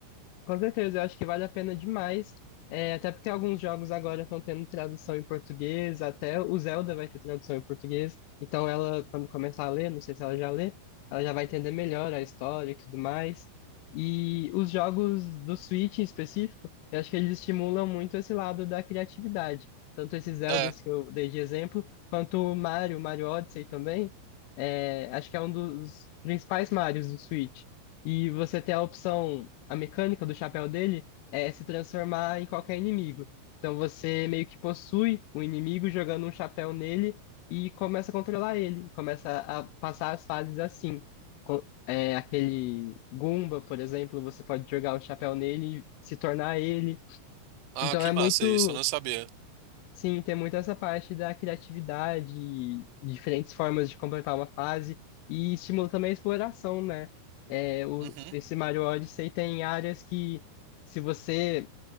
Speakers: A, on the left; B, on the right.
A: Com certeza, eu acho que vale a pena demais. É, até porque alguns jogos agora estão tendo tradução em português, até o Zelda vai ter tradução em português. Então ela, quando começar a ler, não sei se ela já lê, ela já vai entender melhor a história e tudo mais. E os jogos do Switch em específico, eu acho que eles estimulam muito esse lado da criatividade. Tanto esses Zeldas
B: É.
A: que eu dei de exemplo, quanto o Mario, Mario Odyssey também. É, acho que é um dos principais Marios do Switch. E você tem a opção a mecânica do chapéu dele é se transformar em qualquer inimigo. Então você meio que possui o inimigo jogando um chapéu nele e começa a controlar ele, começa a passar as fases assim. Co- É, aquele Goomba, por exemplo, você pode jogar o chapéu nele e se tornar ele.
B: Ah,
A: Então
B: que
A: é
B: massa
A: muito.
B: isso, eu não sabia.
A: Sim, tem muito essa parte da criatividade, diferentes formas de completar uma fase e estimula também a exploração, né? É, o,
B: Uhum,
A: esse Mario Odyssey tem áreas que, se você